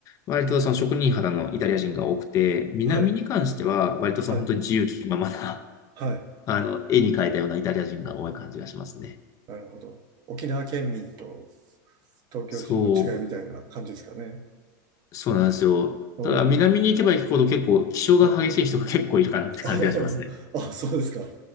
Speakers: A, on the left; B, on the right.
A: 割とその職人肌のイタリア人が多くて、南に関しては割とその本当に自由気ままな、
B: はい、はい、はい。
A: あの、絵に描いたようなイタリア人が多い感じがしますね。
B: なるほど。沖縄県民と東京人の違いみたいな感じですかね。
A: そう。そうなんですよ。
B: うん、
A: ただ、南に行けば行くほど結構、気性が激しい人が結構いるかなって感じがしますね。
B: はい。<laughs> あーあ、そうですか。